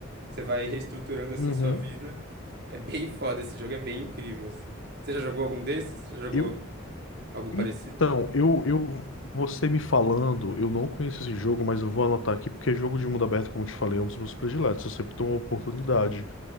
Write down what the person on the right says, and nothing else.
Você vai reestruturando, assim,
sua vida. É bem foda, esse jogo é bem incrível, assim. Você já jogou algum desses? Você já jogou
algum parecido?